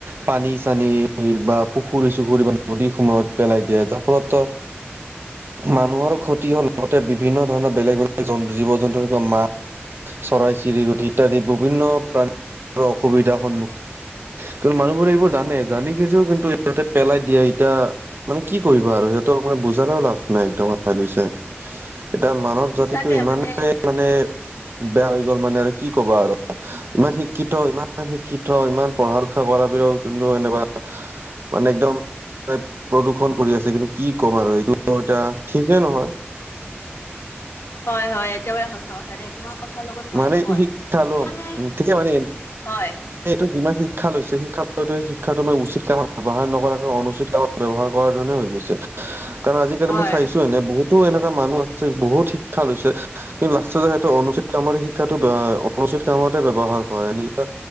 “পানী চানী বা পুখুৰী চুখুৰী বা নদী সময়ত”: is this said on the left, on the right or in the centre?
Right